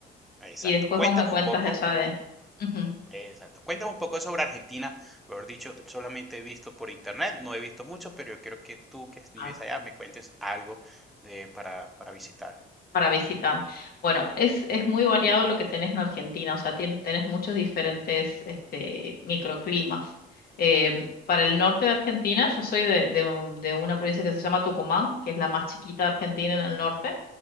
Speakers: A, in the centre; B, on the left.
A: exacto.
B: y después
A: Cuéntame
B: vos me cuentas
A: un poco.
B: de esa de Ujú,
A: Exacto. Cuéntame un poco sobre Argentina. Mejor dicho, solamente he visto por internet, no he visto mucho, pero yo quiero que tú que vives
B: ah,
A: allá me cuentes algo de, para, para visitar.
B: para visitar. Bueno, es, es muy variado lo que tenés en Argentina, o sea, tien- tenés muchos diferentes este, microclimas. Eh, para el norte de Argentina, yo soy de, de un- de una provincia que se llama Tucumán, que es la más chiquita de Argentina en el norte.